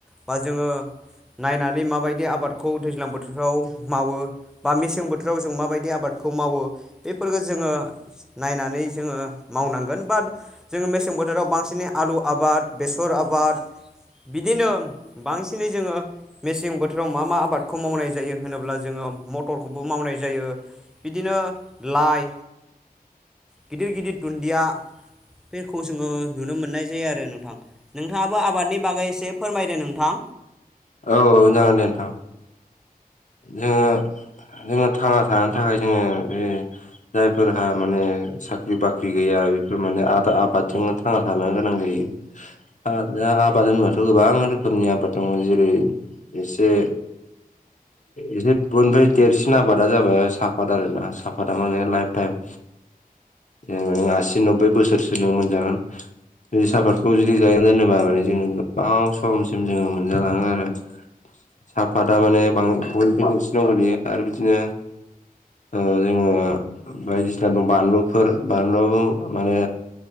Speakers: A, in the centre; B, on the left.
A: बा जोङो नायनानै माबायदि आबादखौ दैज्लां बोथोराव मावो बा मेसें बोथोराव जों माबायदि आबाद खौ मावो बेफोरफोरखौ जोङो नायनानै जोङो मावनांगोन। बाद जोङो मेसें बोथोराव बांसिनै आलु आबाद, बेसर आबाद बिद दिनो बांसिनै जोङो मेसें बोथोराव मा मा आबादखौ मावनाय जायो होनोब्ला जोङो म टरखौबो मावनाय जायो बिदिनो लाइ गिदिर गिदिर दुन्डिया बेखौ जोङो नुनो मोननाय जायो आरो नोंथां। नोंथाङाबो आबादनि बागै एसे फोरमायदो नोंथां।
B: औ जागोन दे नोंथां। जोङो जोङो थांना थानो थाखाय जोङो बे जायफोरहा माने साख्रि बाख्रि गैया आ बेफोर माने आदा आबादजोंनो थांना थानो गोनां जायो। आ दा आबाद होनबाथ' गोबां गोबां रोखोमनि आबाद दङ जेरै एसे एसे बयनिफ्राय देरसिन आबादा जाबाय साफत आरोना साफाता माने लाइफ टाइम जेनेबा नों आसि नबबै बोसोर सो नों मोनजागोन ज सापातखौ जुदि गायनानै दोनोबा माने जोङो गोबाव समसिम जोङो मोनजालाङो आरो साहाफाता माने बां बयनिख्रुयखौ देरसिनाव गोलैयो आरो बिदिनो ओ जोङो बायदिसिना दं बानलुफोर बानलुआबो माने